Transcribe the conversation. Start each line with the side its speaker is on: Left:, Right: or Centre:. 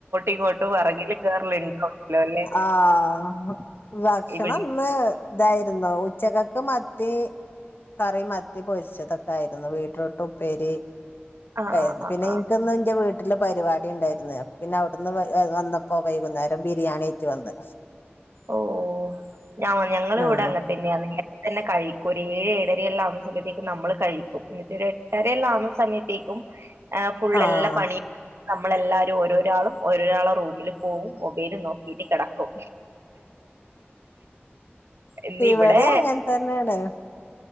Right: ഇങ്ങോട്ടും വെറകില് കേറലുണ്ടാവല്ലോ അല്ലേ
Left: ആഹ് ഭക്ഷണന്ന്
Right: ഇവിടെ
Left: ഇതായിരുന്നു ഉച്ചക്കക്ക് മത്തി കറി മത്തി പൊരിച്ചതൊക്കെ ആയിരുന്നു ബീറ്റ്റൂട്ട് ഉപ്പേരി
Right: ആഹ്
Left: ക്കായിരുന്നു
Right: ആഹ് ആഹ്
Left: പിന്നെ
Right: ആഹ്
Left: ഇന്ക്ക്ന്ന് ഇൻ്റെ വീട്ട് ട്ടില് പരിപാടി ഇണ്ടായിരുന്നു അപ്പ പിന്നെ അവിടുന്ന് വ വന്നപ്പോ വൈകുന്നേരം ബിരിയാണി ആയിറ്റ് വന്ന്
Right: ഓഹ് ഞാ ഞങ്ങളിവിടെ
Left: ആഹ്
Right: അങ്ങൻ തന്നെയാ നേരത്തെ തന്നെ കഴിക്കും ഒരു ഏഴ് ഏഴരെയെല്ലാം ആവുമ്പത്തേക്ക് നമ്മള് കഴിക്കും എന്നിട്ട് ഒരു എ എട്ടെരെയെല്ലാം ആവുന്ന സമയത്തേക്കും ആഹ് ഫുൾ
Left: ആഹ്
Right: എല്ലാ പണിയും നമ്മളെല്ലാവരും ഓരോരാളും ഓരോരാളെ റൂമില് പോവും മൊബൈല് നോക്ക് ക്കീട്ട് കെടക്കും ഇന്ന്
Left: ഇവടേം
Right: ഇവിടെ
Left: അങ്ങനെ തന്നാണ്